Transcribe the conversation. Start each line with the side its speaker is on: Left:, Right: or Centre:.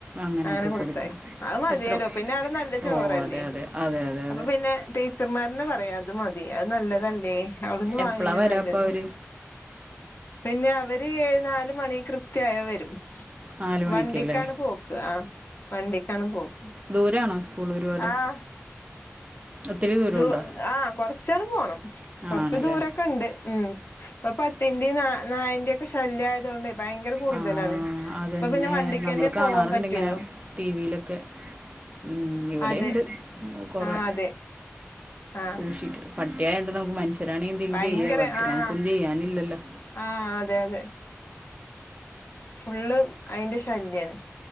Right: അങ്ങനെയൊക്കെ
Left: അങ്ങനെ കൊടുത്തയ്ക്കും
Right: കൊടുക്കും
Left: അഅ് മതേലാേ
Right: എത്ര
Left: പിന്നെ ആടെ നല്ല ചോറല്ലേ
Right: ഓ അതെ അതെ അതെ അതെ
Left: അപ്പൊ
Right: അതെ
Left: പിന്നെ ട്ടീ ച്ചർന്മാര്ന്നെ പറയാ അത് മതി അത് നല്ലതല്ലേ അവ്ട്ന്ന് വാങ്ങന്നെ
Right: എപ്പോഴാണ് വരാ
Left: നല്ലത്
Right: അപ്പോൾ അവർ
Left: പിന്നെ അവര് നാല് മണി കൃത്യായ വരും
Right: നാല് മണിക്കല്ലേ
Left: വണ്ടിക്കാണ് പോക്ക് ആ വണ്ടിക്കാണ് പോക്ക്
Right: ദൂരാണോ സ്കൂള് ഒരുപാട്
Left: ആഹ്
Right: ഒത്തിരി ദൂരമുണ്ടോ
Left: ദൂ ആഹ് കൊറച്ചാണ്ട് പോണം കൊർച്ച്
Right: ആണല്ലേ
Left: ദൂരൊക്കെണ്ട് ഉം ഇപ്പ പട്ടിന്റിം നാ നായിൻ്റെക്കെ ശല്ല്യായതോണ്ട് ഭയങ്കര കൂടുതലാണ്
Right: ആ അതന്നെ
Left: അപ്പൊ പിന്നെ വണ്ടിക്കന്നെ
Right: നമ്മൾ കാണാറുണ്ട്
Left: പോവാൻ പറ്റാെള്ളൂ
Right: ഇങ്ങനെ ടി വിയിലൊക്കെ ഉം ഇവിടെണ്ട്
Left: അതെ
Right: കാെറെ
Left: ആഹ് അതെ ആഹ്
Right: സൂക്ഷിക്ക പട്ടിയായൊണ്ട് നമുക്ക് മനുഷ്യരാണെങ്കി എന്തേലും
Left: ഭയങ്കര
Right: ചെയ്യാ പട്ടെളാകുമ്പോ
Left: ആഹ്
Right: നമുക്കൊന്നും ചെയ്യാനില്ലല്ലോ
Left: ആഹ് അതെ അതെ ഫുള്ള് അയിന്റെ ശല്ല്യാണ്